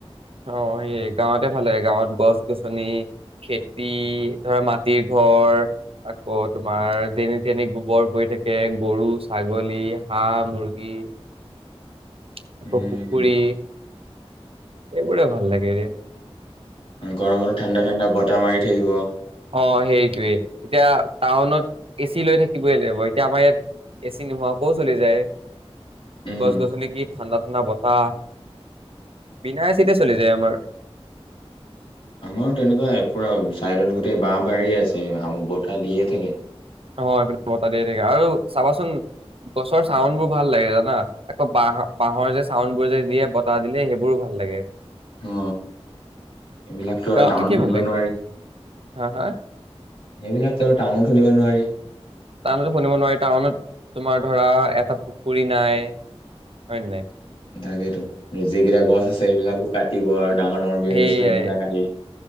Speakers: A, on the right; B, on the left.
A: অ সেইয়ে গাঁৱতে ভাল লাগে, গাঁৱত গছ গছনি, খেতি, ধৰা মাটিৰ ঘৰ আকৌ তোমাৰ যেনি তেনি গোবৰ পৰি থাকে। গৰু, ছাগলী, হাঁহ মুৰ্গী চুচ আকৌ
B: উম
A: পুখুৰী। এইবোৰে ভাল লাগেৰে।
B: উম, গৰমৰ ঠাণ্ডা ঠাণ্ডা বতাহ মাৰি থাকিব।
A: অ সেইটোৱেই, এতিয়া টাউনত এ চি লৈ থাকিবই লাগিব এতিয়া আমাৰ ইয়াত এ চি নোহোৱা কৈওঁ চলি যায়।
B: উম
A: গছ গছনি কিত ঠাণ্ডা ঠাণ্ডা বতাহ বিনায় এ চিতে চলি যায় আমাৰ।
B: আমাৰো তেনেকুৱাই পুৰা ছাইডত গোটেই বাঁহ- বাৰী আছে হামু বতাহ দিয়ে থাকে।
A: অ সেপিনে বতাহ দিয়ে থাকে, আৰু চাবাচোন গছৰ চাউণ্ড বোৰ ভাল লাগে জানা! আকৌ বাঁহ বাঁহৰ যে চাউণ্ড বোৰ যে দিয়ে বতাহ দিলে সেইবোৰো ভাল লাগে।
B: অ এইবিলাকটো আৰু
A: গাঁৱত
B: টাউনত
A: থাকি
B: শুনিব
A: ভাল লাগে
B: নোৱাৰি।
A: হা হা
B: এইবিলাকতো টাউনত শুনিব নোৱাৰি।
A: টাউনতো শুনিব নোৱাৰি। টাউনত তোমাৰ ধৰা এটা পুখুৰী নাই হয় নে নাই।
B: তাকেইটো যিকেইটা গছ আছে সেইবিলাকো কাটিব আৰু ডাঙৰ ডাঙৰ বিজনেচমেন
A: সেয়াই,
B: বিলাক আহি